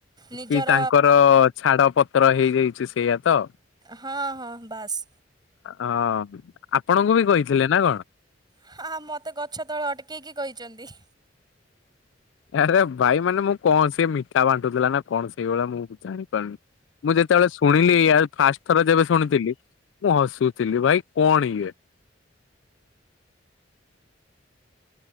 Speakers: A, on the right; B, on the left.
A: ନିଜର
B: କି ତାଙ୍କର ଛାଡପତ୍ର ହେଇଯାଇଛି ସେଇଆ ତ?
A: ହଁ, ହଁ ବାସ୍।
B: ଅ, ହୁଁ, ଆପଣଙ୍କୁ ବି କହିଥିଲେ ନା କଣ?
A: ହଁ, ହଁ ମୋତେ ଗଛ ତଳେ ଅଟକେଇକି କହିଚନ୍ତି।
B: ଆରେ ଭାଇ ମାନେ ମୁଁ କଣ ସେ ମିଠା ବାଣ୍ଟୁଥିଲା ନା କଣ ସେଇଭଳିଆ ମୁଁ ବି ଜାଣିପାରୁନି। ମୁଁ ଯେତେବେଳେ ଶୁଣିଲି ଆଉ ଫାଷ୍ଟ ଥର ଯେବେ ଶୁଣିଥିଲି। ମୁଁ ହସୁଥିଲି ଭାଇ କଣ ଇଏ।